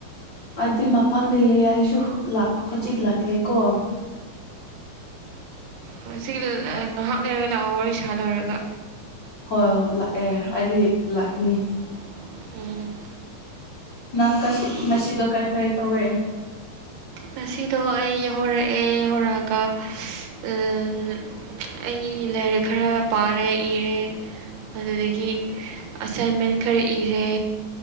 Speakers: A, on the left; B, on the right.
A: <unintelligible> ꯃꯥꯄꯥꯟꯗꯩ ꯂꯩ ꯍꯥꯏꯁꯨ ꯍꯨ ꯂꯥꯛ ꯍꯨꯖꯤꯛ ꯂꯥꯛꯀꯦ ꯀꯣ
B: ꯍꯧꯏ ꯁꯤ <unintelligible> ꯉꯥꯏꯍꯥꯛ ꯂꯩꯔꯒ ꯂꯥꯛꯑꯣ ꯋꯥꯔꯤ ꯁꯥ ꯂꯣꯏꯔꯒ
A: ꯍꯣꯏ ꯂꯥꯛꯑꯦ ꯑꯩꯗꯤ ꯂꯥꯛꯈꯤꯅꯤ
B: <unintelligible> ꯎꯝ <unintelligible>
A: ꯅꯪ ꯀꯁꯤ ꯅꯁꯤꯗꯣ ꯀꯔꯤ ꯀꯔꯤ ꯇꯧꯋꯦ
B: ꯉꯁꯤꯗꯣ ꯑꯩ ꯌꯧꯍꯧꯔꯛꯑꯦ ꯌꯧꯍꯧꯔꯛꯑꯒ <unintelligible> ꯑꯩ ꯂꯥꯏꯔꯤꯛ ꯈꯔ ꯄꯥꯔꯦ ꯏꯔꯦ ꯑꯗꯨꯗꯒꯤ ꯑꯁꯥꯏꯟꯃꯦꯟ ꯈꯔ ꯏꯔꯦ